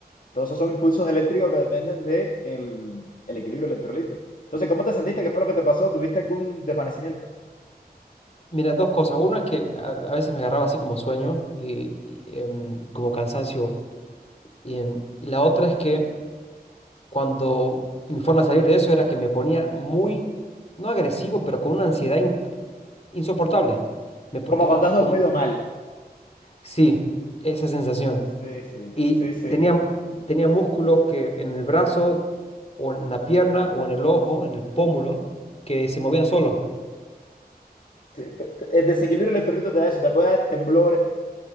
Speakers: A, on the left; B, on the left.
A: todos esos son impulsos eléctricos que dependen de el, el equilibrio de electrolitos. Entonces, ¿cómo te sentiste? ¿Qué fue lo que te pasó? ¿Tuviste algún desvanecimiento?
B: Mira, dos cosas. Uno es que a, a veces me agarraba así como sueño y, y, em, como cansancio. Y, em, y la otra es que cuando mi forma de salir de eso era que me ponía muy, no agresivo, pero con una ansiedad in- insoportable. Me, po-
A: Como
B: em,
A: cuando has
B: como-
A: dormido mal.
B: sí, esa sensación.
A: Sí, sí,
B: Y
A: sí, sí.
B: tenía, tenía músculos que en el brazo o en la pierna o en el ojo, en el pómulo, que se movían solos.
A: Sí, te- te- El desequilibrio electrolítico te da eso, te puede dar temblores.